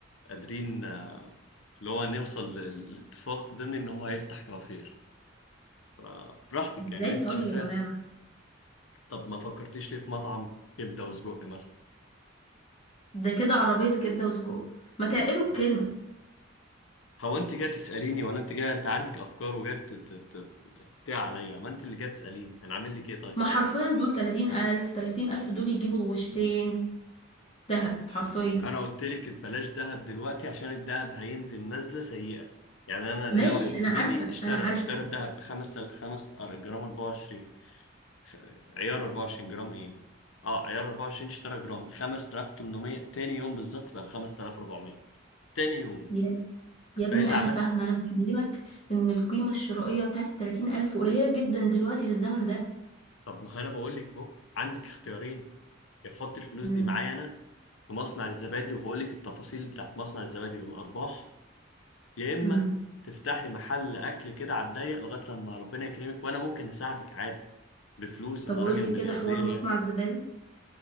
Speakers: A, on the left (about 85°); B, on the left (about 30°).
A: قادرين آه، اللي هو نوصل لل- لاتفاق ضمن ان هو هيفتح كوافير فبراحتك
B: ازاي
A: يعني اللي
B: طيب
A: انت شايفاه
B: يا جماعه
A: طب ما فكرتيش ليه في مطعم كبده وسجق مثلا
B: ده كده عربيه كبده وسجق ما تعقلوا الكلمه
A: ما- هو انت جاي تساليني ولا انت جاي انت عندك افكار وجاي ت- ت- ت- تقطع عليا ما انت اللي جاي تساليني انا عامل لك ايه طيب
B: ما حرفيا دول 30000 30000 دول يجيبوا غوشتين دهب حرفيا
A: انا قلت لك بلاش دهب دلوقتي عشان الدهب هينزل نزله سيئه يعني انا
B: ماشي
A: ليا واحد زميلي
B: انا عارفه
A: اشترى
B: انا عارفه
A: اشترى الدهب بخمس خمس آه، جرام 24 خ- عيار 24 جرام ايه اه عيار 24 اشترى جرام 5800 تاني يوم بالظبط بقى ب 5400 تاني يوم
B: يا يا ابني
A: فاذا
B: انا
A: عملت
B: فاهمه انا بكلمك ان القيمه الشرائيه بتاعت التلاتين الف قليله جدا دلوقتي في الزمن ده
A: طب ما انا بقول لك اهو عندك اختيارين يا تحط الفلوس
B: امم
A: دي معايا انا في مصنع الزبادي وهقول لك التفاصيل بتاعت مصنع الزبادي والارباح يا اما
B: امم
A: تفتحي محل اكل كده على الضيق لغايه لما ربنا يكرمك وانا ممكن اساعدك عادي بفلوس
B: طب
A: انا
B: قول
A: راجل
B: لي
A: ملياردير
B: كده حوار مصنع
A: يعني
B: الزبادي